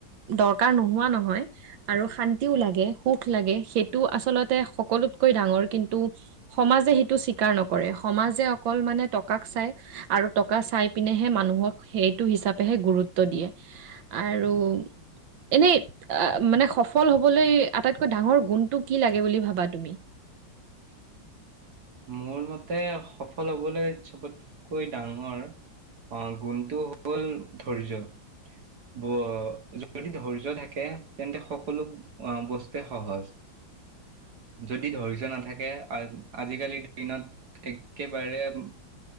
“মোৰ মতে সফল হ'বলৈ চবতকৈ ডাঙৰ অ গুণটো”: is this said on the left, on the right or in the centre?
Right